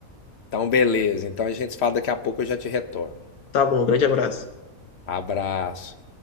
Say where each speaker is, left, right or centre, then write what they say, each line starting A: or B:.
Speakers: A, on the left (about 50°); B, on the left (about 85°).
A: Então, beleza. Então a gente se fala daqui a pouco, eu já te retorno.
B: Tá bom, grande abraço.
A: Abraço.